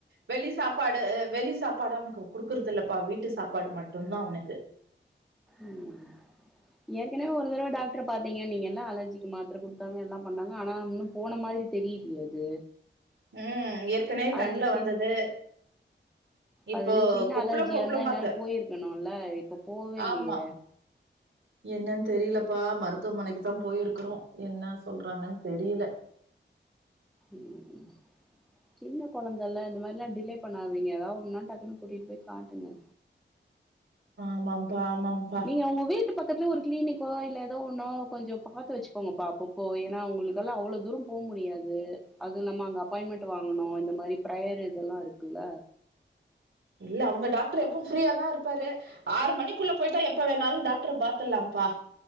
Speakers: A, on the right (about 80°); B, in the centre.
A: வெளி சாப்பாடு அ வெளி சாப் சாப்பாடு அவனுக்கு குடுக்குறது இல்லப்பா வீட்டு சாப்பாடு மட்டுதா அவனுக்கு
B: ம் ஏற்கனவே ஒரு தடவ டாக்டர பாத்தீங்கன்னீங்கள அலர்ஜிக்கு மாத்தர குடுத்தாங்க எல்லா பண்ணாங்க ஆனா வுன்னோ போன மாரி தெரிலயே அது
A: ம் ஏற்கனவே
B: அது
A: கண்ல
B: சி
A: வந்தது இப்போ
B: அது சின்ன
A: கொப்புளம்
B: அலர்ஜியா
A: கொப்புளமா
B: இருந்தா இந்நேரோ
A: இருக்கு
B: போயிர்க்கணுல இப்ப போவே இல்லயே
A: ஆமா என்னன்னு தெரிலப்பா மருத்துவமனைக்கு தா போயிருக்குறோ என்னா சொல்றாங்கன் தெரில
B: ம் சின்ன கொழந்தேல்ல இந்த மாரில்லா டிலே பண்ணாதீங்க ஏதாவு ஒன்னுன்னா டக்குன்னு கூட்டிட்டு போய் காட்டுங்க
A: ஆமாம்பா ஆமாம்பா
B: நீங்க ஒங்க வீட்டு பக் பக்கத்துல ஒரு கிளினிக்கோ இல்ல ஏதோ ஒன்னோ கொஞ்சோ பாத்து வச்சுக்கோங்கப்பா அப்பப்போ ஏன்னா ஒங்களுக்கல்லா அவளோ தூரோ போ முடியாது அதுவு இல்லாம அங்க அப்பாயின்மென்ட் வாங்கணு. இந்த மாரி பிரேயர் இதல்லா இருக்குல்ல
A: இல்ல அவுங்க டாக்ரு எப்போ ப்ரீயா தா இருப்பாரு ஆறு மணிக்குள்ள போய்ட்டா எப்ப வேணாலு டாக்ர பாத்தலாம் பா